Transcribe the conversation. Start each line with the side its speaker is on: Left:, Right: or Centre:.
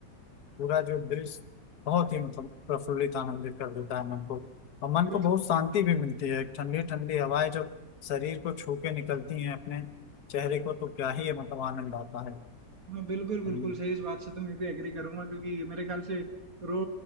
Left: पूरा जो दृश्य बहुत ही मतलब प्रफुल्लित आनंदित कर देता है मन को और मन
Right: बिल्कुल
Left: को बहुत शांति भी मिलती है ठंडी ठंडी हवाएं जब शरीर को छू के निकलती हैं अपने चेहरे को तो क्या ही मतलब आनंद आता है
Right: हाँ बिल्कुल बिल्कुल
Left: हम्म,
Right: सही इस बात से तो मैं भी एग्री करूंगा क्योंकि मेरे ख्याल से रो